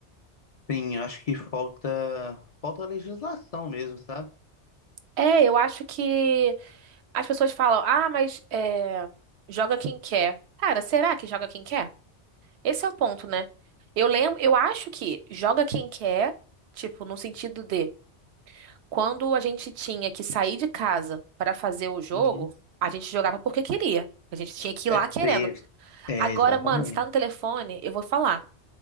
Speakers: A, on the left; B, on the right.
A: Sim, eu acho que falta falta legislação mesmo, sabe?
B: É, eu acho que as pessoas falam, ah, mas é, joga quem quer. Cara, será que joga quem quer? Esse é o ponto, né? Eu lembro, eu acho que joga quem quer, tipo, no sentido de Quando a gente tinha que sair de casa para fazer o jogo,
A: Uhum.
B: a gente jogava porque queria. A gente tinha que
A: É,
B: ir lá
A: porque...
B: querendo.
A: é
B: Agora,
A: exatamente.
B: mano, você tá no telefone, eu vou falar.